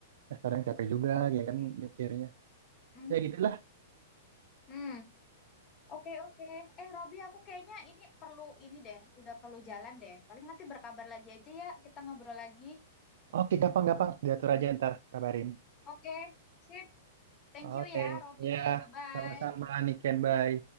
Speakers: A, on the right; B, on the left.
A: Nah, kadang capek juga
B: Oke.
A: ya kan mikirnya.
B: hmm
A: Ya gitulah.
B: mm. Oke, oke. Eh, Robi, aku kayaknya ini perlu ini deh, udah perlu jalan deh. Paling nanti berkabar lagi aja ya, kita ngobrol lagi.
A: Oke gampang-gampang diatur aja ntar kabarin.
B: Oke, sip. Thank
A: Oke,
B: you ya, Robi.
A: ya
B: Bye-bye.
A: sama-sama Niken, bye.